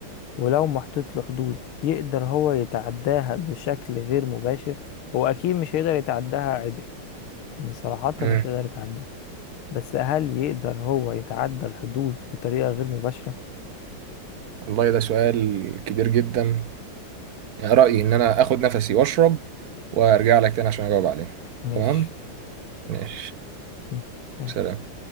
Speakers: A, on the left; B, on the right.
A: ولو محطوط له حدود يقدر هو يتعداها بشكل غير مباشر هو أكيد مش هيقدر يتعداها عدل يعني صراحة
B: امم
A: مش هيقدر يتعداها بس هل يقدر هو يتعدى الحدود بطريقة غير مباشرة؟
B: والله ده سؤال كبير جدا رايي ان انا اخد نفسي واشرب وارجع لك تاني عشان اجاوب عليه
A: ماشي
B: تمام ماشي
A: اتفقنا
B: سلام